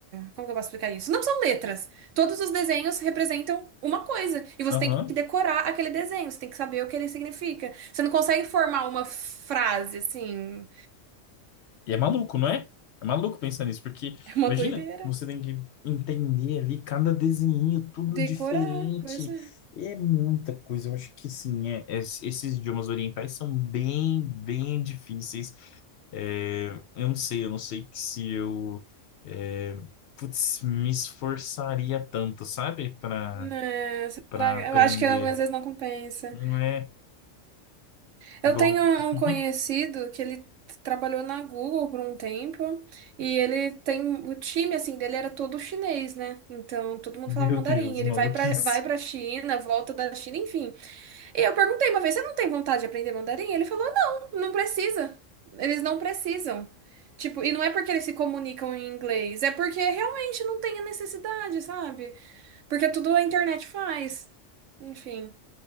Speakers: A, on the right; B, on the left.
A: como que eu posso explicar isso? Não são letras. Todos os desenhos representam uma coisa e você
B: aham.
A: tem que decorar aquele desenho, você tem que saber o que ele significa. Você não consegue formar uma frase assim.
B: E é maluco, não é? É maluco pensar nisso, porque
A: É uma
B: imagina,
A: doideira.
B: você tem que entender ali cada desenho, tudo
A: Decorar,
B: diferente.
A: pois é.
B: É muita coisa. Eu acho que sim, é, é- esses idiomas orientais são bem, bem difíceis. É, eu não sei, eu não sei que se eu é, putz, me esforçaria tanto, sabe? Para
A: Né, será-
B: para
A: que-
B: aprender.
A: Eu acho que algumas vezes não compensa.
B: Não é
A: Eu
B: igual.
A: tenho um
B: <laughs>
A: um conhecido que ele trabalhou na Google por um tempo e ele tem o time assim dele era todo chinês, né? Então todo mundo
B: Meu
A: falava mandarim.
B: Deus,
A: Ele
B: maluquice.
A: vai pra vai para China, volta da China, enfim. E eu perguntei uma vez, você não tem vontade de aprender mandarim? Ele falou, não, não precisa. Eles não precisam. Tipo, e não é porque eles se comunicam em inglês, é porque realmente não tem a necessidade, sabe? Porque tudo a internet faz. Enfim,